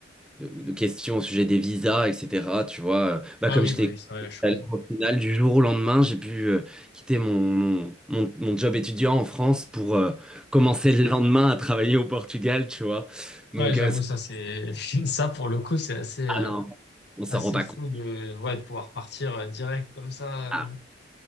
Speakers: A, in the centre; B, on the left.
A: de, de questions au sujet des visas, etc. Tu vois, bah,
B: Ah
A: comme
B: oui,
A: je
B: bah
A: t'ai expliqué
B: oui, c'est vrai, je suis
A: tout
B: con.
A: à l'heure, au final, du jour au lendemain, j'ai pu euh, quitter mon, mon, mon, mon job étudiant en France pour euh, commencer le lendemain à travailler au Portugal, tu vois. Donc,
B: Ouais, j'avoue,
A: euh, c'est-
B: ça, c'est, <laughs> ça, pour le coup, c'est assez, euh,
A: ah non, on s'en
B: assez
A: rend pas
B: fou
A: compte.
B: de, ouais, de pouvoir partir euh, direct comme ça.
A: Ah.
B: euh.